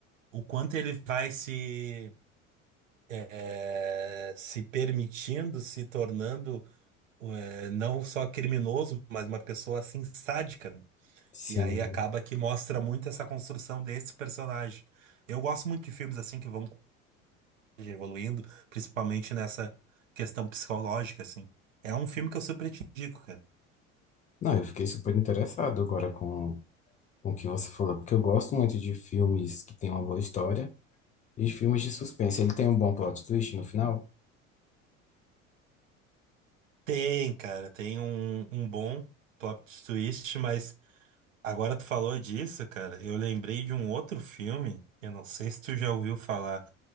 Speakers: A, on the right; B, on the left.
A: o quanto ele vai se eh, se permitindo, se tornando eh, não só criminoso, mas uma pessoa assim sádica, né?
B: Sim.
A: E aí acaba que mostra muito essa construção desse personagem. Eu gosto muito de filmes assim que vão evoluindo, principalmente nessa questão psicológica, assim. É um filme que eu super te indico, cara.
B: Não, eu fiquei super interessado agora com, com o que você falou, porque eu gosto muito de filmes que têm uma boa história e de filmes de suspense. Ele tem um bom plot twist no final?
A: Tem, cara, tem um, um bom plot twist, mas agora tu falou disso, cara, eu lembrei de um outro filme, eu não sei se tu já ouviu falar,